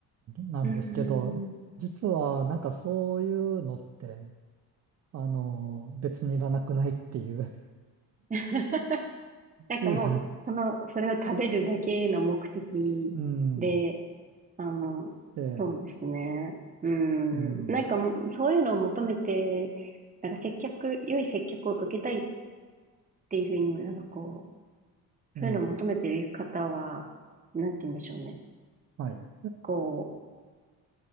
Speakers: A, on the right; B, on the right.
A: なんですけど、
B: うーん。
A: 実はなんかそういうのって、あのー別にいらなくないっていう、
B: <laughs> なんかもう、
A: <laughs> いう
B: その、それを食べるだけの目的で、
A: うん、
B: あの、
A: で、
B: そうですね。うん。
A: うん、
B: なんかもう、そういうのを求めて、なんか接客、良い接客を受けたいっていうふうになんかこう、
A: うん、
B: そういうのを求めてる方は、なんて言うんでしょうね。
A: はい。
B: こ